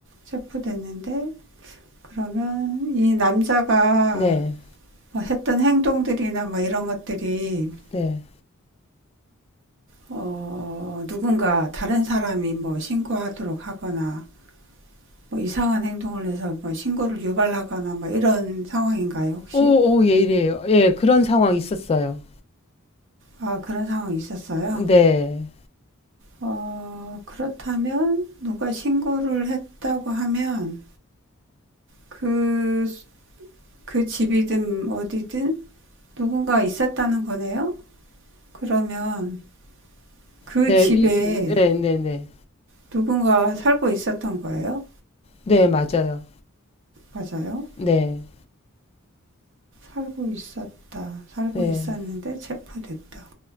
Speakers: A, on the right; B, on the left.
A: 체포됐는데 그러면 이 남자가
B: 네.
A: 뭐 했던 행동들이나 뭐 이런 것들이
B: 네.
A: 어, 누군가 다른 사람이 뭐 신고하도록 하거나 뭐 이상한 행동을 해서 뭐 신고를 유발하거나 뭐 이런 상황인가요, 혹시?
B: 오, 오, 예리해요. 예, 그런 상황 있었어요.
A: 아, 그런 상황이 있었어요.
B: 네.
A: 어, 그렇다면 누가 신고를 했다고 하면 그, 그 집이든 어디든 누군가 있었다는 거네요? 그러면 그
B: 네,
A: 집에
B: 이, 이- 네, 네, 네.
A: 누군가 살고 있었던 거예요?
B: 네, 맞아요.
A: 맞아요.
B: 네.
A: 살고 있었다. 살고
B: 네.
A: 있었는데 체포됐다.